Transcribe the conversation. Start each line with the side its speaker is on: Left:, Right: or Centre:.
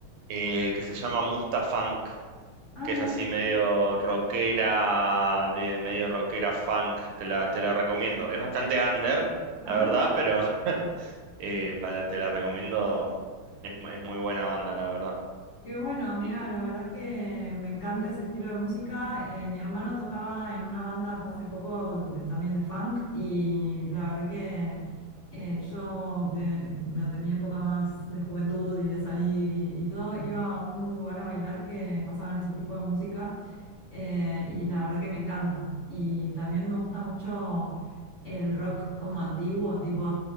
Right: eh, que se llama Mustafunk.
Left: Ah,
Right: que
Left: no,
Right: es así medio rockera, de medio rockera funk, te la, te la recomiendo. Es bastante under,
Left: ajá.
Right: la verdad, pero <laughs> eh, para, te la recomiendo. Es, mu- es muy buena banda, la verdad.
Left: Qué bueno, mira,
Right: Y-
Left: la verdad que me encanta ese estilo de música. Eh, mi hermano tocaba en una banda hasta hace poco de- también de funk y la verdad que eh, yo de- durante mi época más de juventud y de salir y, y todo, iba a un lugar a bailar que pasaban ese tipo de música eh, y la verdad que me encanta. Y también me gusta mucho el rock como antiguo, tipo